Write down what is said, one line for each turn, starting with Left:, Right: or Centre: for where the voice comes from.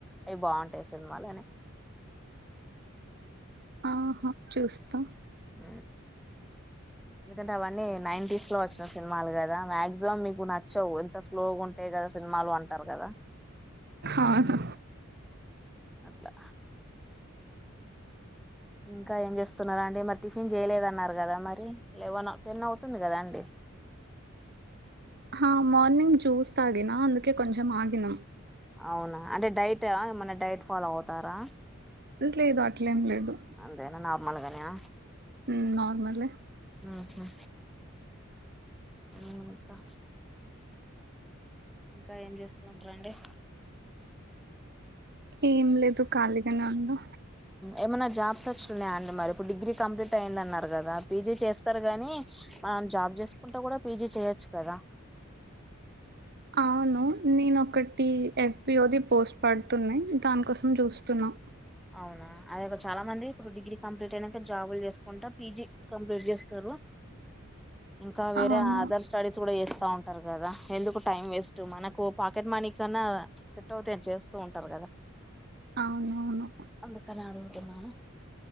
Centre: అవి బాగుంటాయి సినిమాలు అని
Right: ఆహా చూస్తా
Centre: ఊ ఎందుకంటే అవన్నీ నైన్టీస్ లో వచ్చిన సినిమాలు కదా మాక్సిమం మీకు నచ్చవు ఎంత స్లోగా ఉంట టయి కదా సినిమాలు అంటారు కదా,
Right: అవును
Centre: అట్లా ఇంకా ఏం చేస్తున్నారాండి మరి టిఫిన్ చేయలేదన్నారు కదా మరి లెవెన్ టెన్ అవుతుంది కదా అండి.
Right: హ మార్నింగ్ జూస్ తాగినా, అందుకే కొంచం ఆగిన
Centre: అవునా అంటే డైటా, ఏమన్నా డైట్ ఫాలో అవుతారా?
Right: లేదు అట్లేం లేదు
Centre: అంతేనా నార్మల్గేనా
Right: ఉమ్ నార్మలే
Centre: ఆహా ఇంకా ఇంకా ఏం చేస్తూ ఉంటరండి?
Right: ఏం లేదు, ఖాళీగానే ఉన్నా.
Centre: ఏమన్నా జాబ్స్ వస్తున్నాయండీ, మరి ఇప్పుడు డిగ్రీ కంప్లీట్ అయ్యిందన్నారు కదా పీజీ చేస్తారు గానీ. మనం జాబ్ చేసుకుంటా కూడా పీజీ చెయొచ్చు కదా.
Right: అవును నేను ఒకటి ఎఫ్పీఓది పోస్ట్ పడుతున్నాయ్, దానికోసం చూస్తున్నా.
Centre: అవునా అదిక చాలా మంది ఇప్పుడు డిగ్రీ కంప్లీట్ అయినంక జాబులు చేసుకుంటా పీజీ కంప్లీట్ చేస్తారు. ఇంకా వేరే
Right: అవును
Centre: అదర్శ స్టడీస్ కూడా చేస్తా ఉంటారు కదా, ఎందుకు టైం వేస్ట్ మనకు పాకెట్ మనీ కన్నా అో తేనె చేస్తూ ఉంటారు కదా.
Right: అవునవును
Centre: అందుకనే అడుగుతున్నాను.